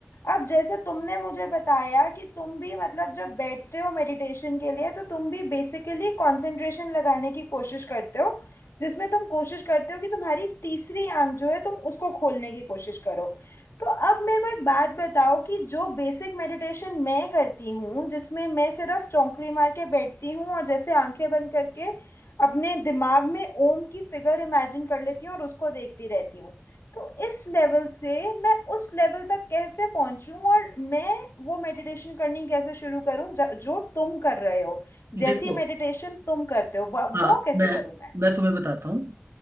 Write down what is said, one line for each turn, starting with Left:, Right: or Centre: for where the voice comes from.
Left: अब जैसे तुमने मुझे बताया कि तुम भी मतलब जब बैठते हो मेडिटेशन के लिए तो तुम भी बेसिकली कंसंट्रेशन लगाने की कोशिश करते हो जिसमें तुम कोशिश करते हो कि तुम्हारी तीसरी आंख जो है तुम उसको खोलने की कोशिश करो तो अब मेरे को एक बात बताओ कि जो बेसिक मेडिटेशन मैं करती हूँ जिसमें मैं सिर्फ चौंकड़ी मार के बैठती हूँ और जैसे आंखें बंद करके अपने दिमाग में ओम की फिगर इमेजिन कर लेती हूँ और उसको देखती रहती हूँ तो इस लेवल से मैं उस लेवल तक कैसे पहुंचूं और मैं वो मेडिटेशन करनी कैसे शुरू करूं ज- जो तुम कर रहे हो
Right: देखो
Left: जैसी मेडिटेशन तुम करते हो व-
Right: हाँ
Left: वो कैसे
Right: मैं
Left: करूं मैं
Right: मैं तुम्हें बताता हूँ